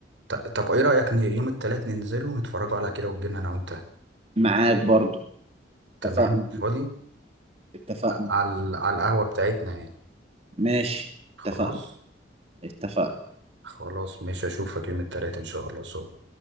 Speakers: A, on the right; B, on the right.
A: ط- طب إيه رأيك ن- يوم التلات ننزل ونتفرجوا على كده وتجينا أنا وأنت
B: معاك برضو
A: تمام
B: اتفقنا
A: فاضي
B: اتفقنا
A: على على القهوة بتاعتنا يعني
B: ماشي اتفقنا
A: خلاص
B: اتفقنا
A: خلاص مش هشوفك يوم التلات إن شاء الله سو